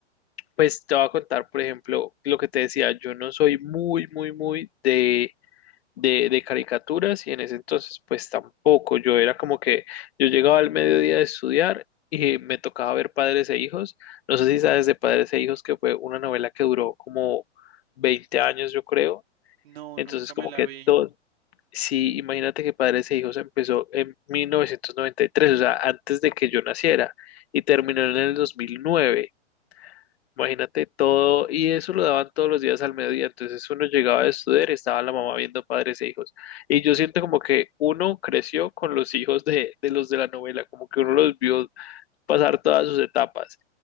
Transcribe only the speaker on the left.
pues te voy a contar, por ejemplo, lo que te decía, yo no soy muy, muy, muy de de, de caricaturas y en ese entonces pues tampoco. Yo era como que yo llegaba al mediodía de estudiar y me tocaba ver Padres e Hijos. No sé si sabes de Padres e Hijos que fue una novela que duró como 20 años yo creo.
Entonces
como
que
todo, sí, imagínate que Padres e Hijos empezó en 1993, o sea, antes de que yo naciera y terminó en el 2009. Imagínate todo, y eso lo daban todos los días al mediodía, entonces uno llegaba a estudiar y estaba la mamá viendo padres e hijos. Y yo siento como que uno creció con los hijos de, de los de la novela, como que uno los vio pasar todas sus etapas.